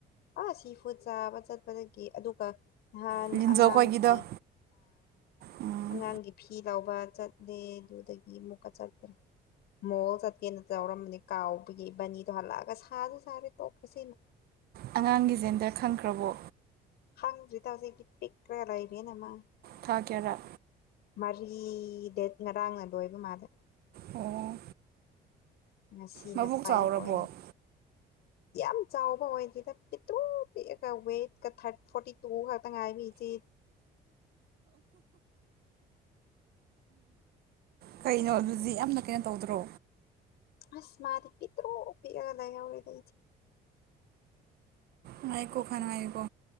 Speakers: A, on the left; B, on the right.
A: ꯑꯥ ꯁꯤꯐꯨ ꯆꯥꯕ ꯆꯠꯄꯗꯒꯤ ꯑꯗꯨꯒ ꯅꯍꯥꯟ
B: ꯂꯤꯟꯖꯧ
A: ꯑꯉꯥꯡꯒꯤ
B: ꯈꯣꯏꯒꯤꯗꯣ ꯎꯝ
A: ꯑꯉꯥꯡꯒꯤ ꯐꯤ ꯂꯧꯕ ꯆꯠ ꯗꯦ ꯑꯗꯨꯗꯨꯗꯗꯒꯤ ꯃꯨꯀ ꯆꯠꯠꯇ꯭ꯔ ꯃꯣꯜ ꯆꯠꯀꯦꯅ ꯇꯧꯔꯝꯕꯅꯦ ꯀꯥꯎꯕꯒꯤ ꯕꯥꯅꯤꯗꯣ ꯍꯜꯂꯛꯑꯒ ꯁꯥꯁꯨ ꯁꯥꯔꯦ ꯇꯣꯛꯈ꯭ꯔꯁꯦꯅ
B: ꯑꯉꯥꯡꯒꯤ ꯖꯦꯟꯗꯔ ꯈꯪꯈ꯭ꯔꯕꯣ
A: ꯍꯪꯁꯨ ꯇꯥꯎꯖꯤꯦꯒꯤꯠ ꯄꯤꯛ ꯀ꯭ꯔ ꯂ ꯂꯩꯕꯤ ꯅꯃꯥ
B: ꯊꯥ ꯀꯌꯥꯔꯥ
A: ꯃꯔꯤ ꯗꯦꯠ ꯉꯔꯥꯡꯅ ꯂꯣꯏꯕ ꯃꯥꯗ
B: ꯑꯣ
A: ꯉꯁꯤꯅ
B: ꯃꯕꯨꯛ
A: ꯐꯥꯏꯚ
B: ꯆꯥꯎꯔꯕꯣ
A: ꯑꯣꯏꯅ ꯌꯥꯝ ꯆꯥꯎꯕ ꯑꯣꯏꯗ꯭ꯔꯤꯗ ꯄꯤꯨ ꯄ ꯋꯦꯠꯀ ꯊꯥꯔ ꯐꯣꯔꯇꯤ ꯇꯨ ꯇꯉꯥꯏꯕꯤ ꯆꯦ
B: ꯀꯩꯅꯣ ꯑꯗꯨꯗꯤ ꯌꯥꯝꯅ ꯀꯩꯅꯣ ꯇꯧꯗ꯭ꯔꯣ
A: ꯑꯁ ꯃꯥꯔꯤ ꯄꯤꯇ꯭ꯔꯨ ꯄꯤꯔ ꯂꯩ ꯍꯧꯔ
B: ꯉꯏꯀꯣ ꯈꯅ ꯍꯥꯏꯏꯀꯣ